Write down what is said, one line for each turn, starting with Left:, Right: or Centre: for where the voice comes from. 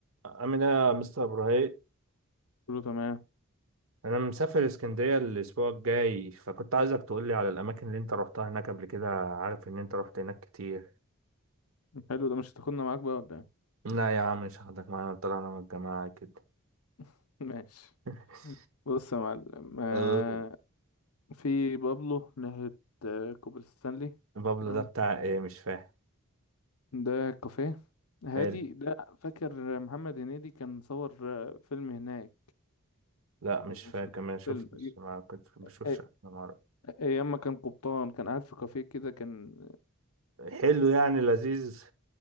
Right: عامل ايه يا مستر ابراهيم
Left: كله تمام
Right: انا مسافر اسكندريه الاسبوع الجاي فكنت عايزك تقول لي على الاماكن اللي انت روحتها هناك قبل كده عارف ان انت روحت هناك كتير
Left: حلو ده مش هتاخدنا معاك بقى ولا ايه
Right: لا يا عم مش هاخدك معايا طلعنا من الجماعه كده
Left: <laughs> ماشي
Right: <laughs>
Left: بص يا معلم آه،
Right: أه،
Left: في بابلو ناحية آه، كوبري ستانلي
Right: بابلو
Left: تمام
Right: ده بتاع ايه مش فاهم
Left: ده كافيه هادي
Right: حلو
Left: ده فاكر محمد هنيدي كان صور آه، فيلم هناك
Right: لا مش
Left: او مسلسل
Right: فاهم كمان شفتش
Left: فيلم أي-
Right: ما كنت بشوفش
Left: أي-
Right: انا مرة
Left: ايام ما كان قبطان كان قاعد في كافيه كده كان
Right: حلو يعني لذيذ